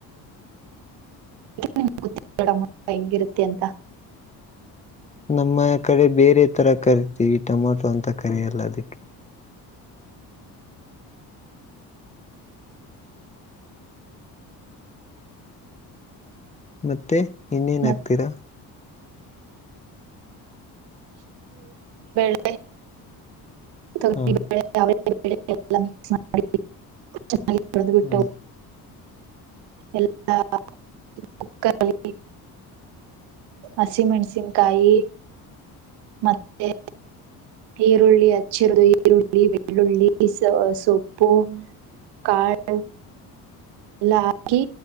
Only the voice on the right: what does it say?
ಯಾ ನಿಮ ಗಡ ಹೆಂಗಿರುತ್ತೆ ಅಂತ
ಮತ್
ತೆ ಎ
ಮಿಕ್ <unintelligible> ಚೆನ್ನಾಗಿ ತೊಳ್ದು ಬಿಟ್ಟು
ಎಲ್ಲಾ ಕುಕ್ಕಲ್ಲಿ ಹಸಿಮೆಣಸಿನ್ಕಾಯಿ ಮತ್ತೆ ಈರುಳ್ಳಿ ಅಚ್ಚರದು ಈರುಳ್ಳ್ ಇರುಳ್ಳಿ ಬೆಳ್ಳುಳ್ಳಿ ಸ ಸೊಪ್ಪು ಕಾಳ್ ಎಲ್ಲಾಕಿ